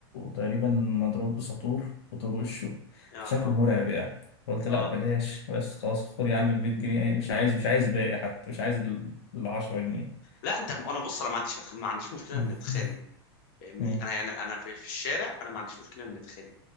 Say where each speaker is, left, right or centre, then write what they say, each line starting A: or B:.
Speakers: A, on the left (about 85°); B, on the left (about 55°).
A: تقريبا مضروب بساطور وطول وشه
B: يا
A: فشكله
B: حول
A: مرعب يعني قلت
B: اه
A: لا بلاش بس خلاص خد يا عم ال 100 جنيه مش عايز مش عايز باقي حتى مش عايز ال ال 10 جنيه
B: لا انت انا بص انا ما عنديش ما عنديش مشكله
A: <laughs>
B: ان اتخانق فاهمني
A: مم.
B: انا انا انا في في الشارع انا ما عنديش مشكله ان اتخانق